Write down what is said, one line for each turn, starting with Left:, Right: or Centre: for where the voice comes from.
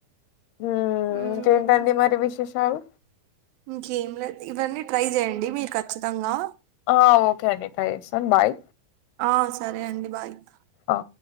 Left: మ్మ్
Right: మ్మ్.
Left: ఇంకేంటండి మరి విశేషాలు
Right: ఇంకేం లేదు. ఇవన్నీ ట్రై చేయండి మీరు ఖచ్చితంగా
Left: ఆ ఓకే అండి ట్రై చేస్తాను బాయ్.
Right: ఆ సరే అండి బాయ్ ఇంక
Left: ఆ